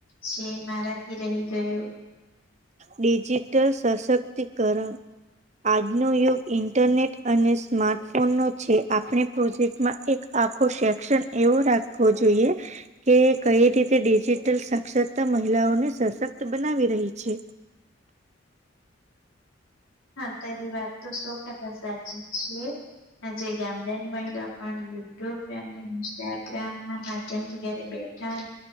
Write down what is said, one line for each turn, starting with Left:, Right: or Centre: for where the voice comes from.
Left: જે મારાથી રહી ગયો.
Right: ડિજિટલ સશક્તિકરણ. આજનો યુગ ઇન્ટરનેટ અને સ્માર્ટફોન નો છે આપણે. પ્રોજેક્ટમાં એક આખો શેશન એવો રાખવો જોઈએ. કે કઈ રીતે ડિજિટલ સાક્ષરતા મહિલાઓને સશક્ત બનાવી રહી છે.
Left: હા તારી વાત તો સો ટકા સાચી છે આજ ગામદેન મહિલા. પણ યુટ્યુબ અને ઇન્સ્ટાગ્રામ ના માધ્યમથી જયારે બેઠા.